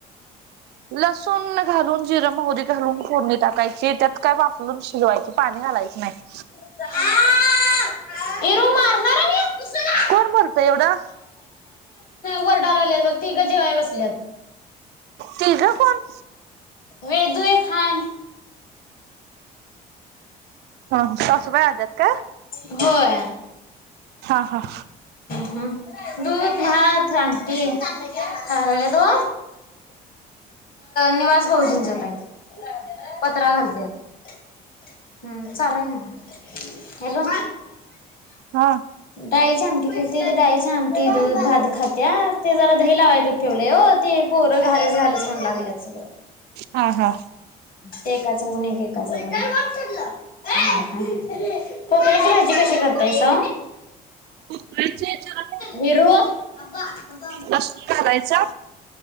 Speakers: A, on the right; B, on the left.
A: लसूण घालून जिर मोहरी घालून फोडणी टाकायची त्यात काय वाफलुन शिजवायच. पाणी घालायच नाही.
B: <inaudible>
A: कोण बोलतय एवढं?
B: वरडाय लागल्यात बघ तिघ जेवाय बसल्यात.
A: तिघ कोण
B: वेदु एक हाय.
A: हां सासुबाई आल्यात काय?
B: होय
A: हां हां
B: हु दूध, भात, आमटी. अ यदु निवास भाऊजींचात हाय. पत्रा घालते हम्म चालल ना. हॅलो
A: हा
B: डाळीची आमटी केलती ते डाळीची आमटी, दूध, भात खात्या ते जरा दही लावायच ठेवलं हो ते पोरं घालच घालच म्हणू लागल्यात सगळं.
A: हा हां
B: ते एकाच बघुन एक एकाच बघुन एक. पोकळ्याची भाजी कशी करतायसा?
A: <unintelligible> <inaudible>
B: वीरू <inaudible> हा <unintelligible>
A: लसूण घालायचा